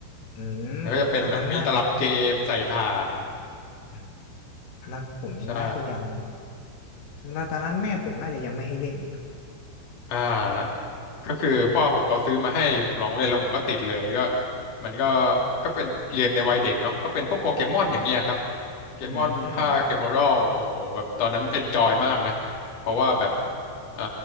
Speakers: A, on the left; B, on the left.
A: อืมอันนั้นน่า
B: แล้วก็จะเป็นแบบมีตลับเกมใส่ถ่าน
A: อืมอันนั้นผมน่าจะยัง
B: ใช่
A: แล้วตอนนั้นแม่ผมน่าจะยังไม่ให้เล่น
B: อ่า ก็คือพ่อผมเขาซื้อมาให้ผมลองเล่นแล้วผมก็ติดเลยก็มันก็ก็เป็นเกมในวัยเด็กเนาะก็เป็นพวกโปเกมอนอย่างเงี้ยครับโปเกมอนภาคเอเมอรัลโอ้โหแบบตอนนั้นเอนจอยมากนะเพราะว่าแบบ
A: อืม
B: อ่า